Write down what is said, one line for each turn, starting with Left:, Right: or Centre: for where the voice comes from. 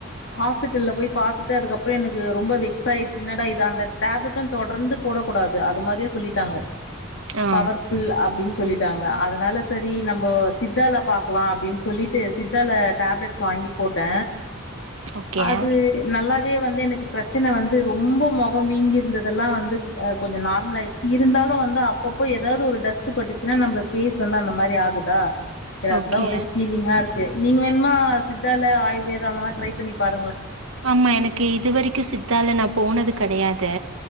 Left: ஹாஸ்பிட்டல்ல போய் பாத்துட்டு அதுக்கப்புற எனக்கு ரொம்ப வெக்ஸ் ஆயிச்சுனா ல இது அந்த டேப்லெட்டு தொடர்ந்து போடக் கூடாது அது மாரியே சொல்லிட்டாங்க
Right: ஆ
Left: பவர்ஃபுல் அப்டின்னு சொல்லிட்டாங்க அதனால சரி நம்போ சித்தால பாக்கலா அப்டின்னு சொல்லிட்டு சித்தால டேப்லெட்ஸ் வாங்கி போட்ட
Right: ஓகே
Left: அது நல்லாவே வந்து எனக்கு பிரச்சன வந் வந்து ரொம்ப மொக வீங்கி இருந்ததெல்லாம் வந்து ஆ கொஞ்ச நார்மல் ஆயிட்ச்சு இருந்தாலு வந்து அப்பப்போ ஏதாவது ஒரு ஒரு டஸ்ட்டு பட்டுச்சுனா நம்ப ஃபேஸ் வந்து அந்த மாரி ஆகுதா சேரி அதுதா
Right: ஓகே
Left: ஒரே ஃபீலிங்கா இருக் கு நீங்க வேன்மா சித்தால ஆயுர்வேதா அந்த மாரி ட்ரை பண்ணி பார்
Right: ஆமா எனக்கு இதுவரைக்கு சித்தால நா போனது கெடையாது